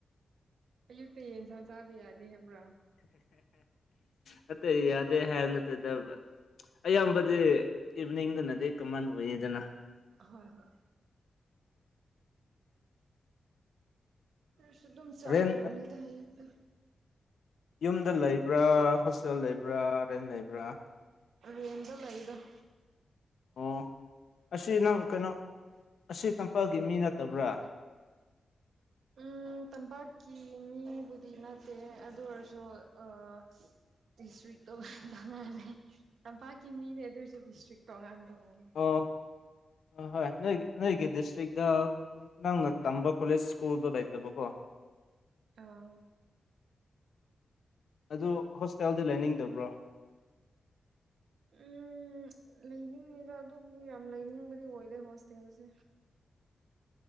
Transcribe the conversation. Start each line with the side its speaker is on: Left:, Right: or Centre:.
Right: ꯑꯌꯨꯛꯇ ꯌꯦꯟꯁꯥ ꯆꯥꯕ ꯌꯥꯗꯦ ꯍꯥꯏꯕ꯭ꯔꯥ
Left: ꯅꯠꯇꯦ ꯌꯥꯗꯦ ꯍꯥꯏꯕ ꯅꯠꯇꯦꯗ ꯑꯌꯥꯝꯕꯗꯤ ꯏꯚꯤꯅꯤꯡꯗꯅꯗꯤ ꯀꯃꯟ ꯑꯣꯏꯌꯦꯗꯅ
Right: ꯍꯣꯏ ꯍꯣꯏ ꯅ꯭ꯔꯁꯨ ꯑꯗꯨꯝ ꯆꯥꯈ꯭ꯔꯝꯅꯤꯗ
Left: ꯔꯦꯟ
Right: ꯍꯌꯨꯛꯇꯨ
Left: ꯌꯨꯝꯗ ꯂꯩꯕ꯭ꯔꯥ ꯍꯣꯁꯇꯦꯜ ꯂꯩꯕ꯭ꯔꯥ ꯔꯦꯟ ꯂꯩꯕ꯭ꯔꯥ
Right: ꯔꯦꯟꯗ ꯂꯩꯗ
Left: ꯑꯣ ꯑꯣ ꯑꯁꯤ ꯅꯪ ꯀꯩꯅꯣ ꯑꯁꯤ ꯇꯝꯄꯥꯛꯒꯤ ꯃꯤ ꯅꯠꯇꯕ꯭ꯔꯥ
Right: ꯎꯝ ꯇꯝꯄꯥꯛꯀꯤ ꯃꯤꯕꯨꯗꯤ ꯅꯠꯇꯦ ꯑꯗꯨ ꯑꯣꯏꯔꯁꯨ ꯑꯥ ꯗꯤꯁꯇ꯭ꯔꯤꯛꯇꯣ ꯇꯣꯉꯥꯜꯂꯦ ꯇꯝꯄꯥꯛꯀꯤ ꯃꯤꯅꯦ ꯑꯗꯨ ꯑꯣꯏꯔꯁꯨ ꯗꯤꯁꯇ꯭ꯔꯤꯛ ꯇꯣꯉꯥꯟ ꯇꯣꯉꯥꯟ
Left: ꯑꯣ ꯍꯣꯏ ꯍꯣꯏ ꯅꯣꯏ ꯅꯣꯏꯒꯤ ꯗꯤꯁꯇ꯭ꯔꯤꯛꯇ ꯅꯪꯅ ꯇꯝꯕ ꯀꯣꯖꯦꯁ ꯁꯀꯨꯜꯗꯣ ꯂꯩꯇꯕꯀꯣ
Right: ꯑꯥ
Left: ꯑꯗꯨ ꯍꯣꯁꯄꯤꯇꯥꯜꯗꯤ ꯂꯩꯅꯤꯡꯗꯕ꯭ꯔꯣ
Right: ꯎꯝ ꯂꯩꯅꯤꯡꯉꯤꯗ ꯑꯗꯨꯕꯨ ꯌꯥꯝ ꯂꯩꯅꯤꯡꯕꯗꯤ ꯑꯣꯏꯗꯦ ꯍꯣꯁꯇꯦꯜꯁꯦ